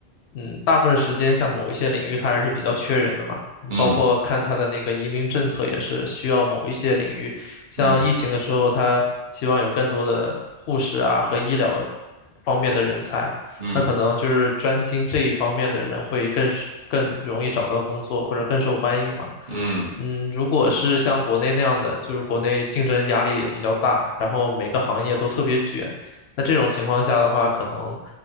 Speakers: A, on the left; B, on the right.
A: 嗯大部分时间像某一些领域它还是比较缺人的嘛，你包括看它的那个移民政策也是需要某一些领域，
B: 嗯
A: 像疫情的时候，
B: 嗯
A: 它希望有更多的护士啊和医疗方面的人才，
B: 嗯
A: 那可能就是专精这一方面的人会更是更容易找到工作或者更受欢迎嘛。
B: 嗯
A: 嗯，如果是像国内那样的，就是国内竞争压力也比较大，然后每个行业都特别卷，那这种情况下的话，可能，